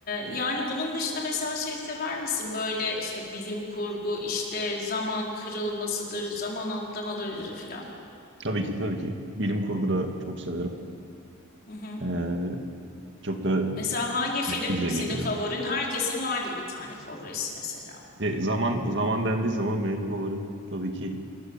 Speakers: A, on the left; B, on the right.
A: yani bunun dışında mesela şey sever misin? Böyle işte bilim kurgu, işte zaman kırılmasıdır, zaman atlamalarıdır filan.
B: Tabii ki tabii ki. Bilim kurgu da çok severim.
A: Hı hı.
B: Ee, çok da
A: Mesela hangi film
B: bize
A: senin
B: geliyor.
A: favorin? Herkesin vardır bir tane favorisi mesela.
B: E, zaman zaman dendiği zaman benim favorim tabii ki